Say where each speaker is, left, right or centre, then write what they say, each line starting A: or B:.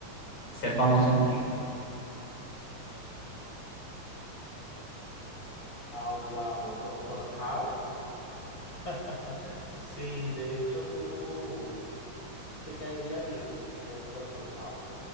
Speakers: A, on the left (about 55°); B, on the left (about 40°).
A: ¿Ser famoso en qué?
B: Ah, wow, Doctor House. <laughs> Sí, de hecho tú te caería bien ser el Doctor House.